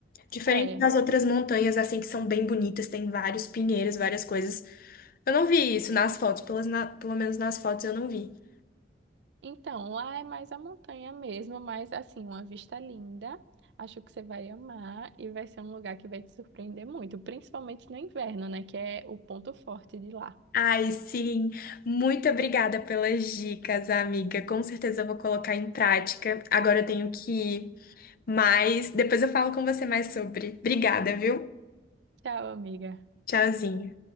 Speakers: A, on the left; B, on the right.
A: diferente
B: É.
A: das outras montanhas, assim, que são bem bonitas, tem vários pinheiros, várias coisas. Eu não vi isso nas fotos, pelas na- pelo menos nas fotos eu não vi.
B: Então, lá é mais a montanha mesmo, mas assim, uma vista linda. Acho que você vai amar e vai ser um lugar que vai te surpreender muito, principalmente no inverno, né? Que é o ponto forte de lá.
A: Ai, sim. Muito obrigada pelas dicas, amiga. Com certeza eu vou colocar em prática. Agora eu tenho que ir, mas depois eu falo com você mais sobre. Obrigada, viu?
B: Tchau, amiga.
A: Tchauzinho.